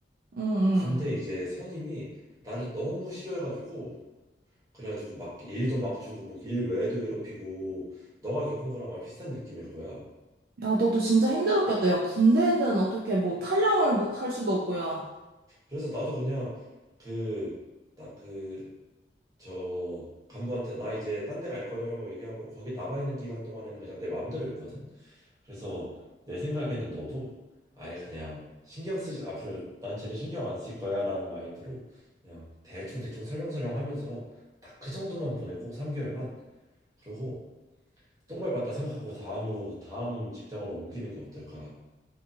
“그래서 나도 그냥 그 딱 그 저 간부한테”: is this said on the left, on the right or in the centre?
Right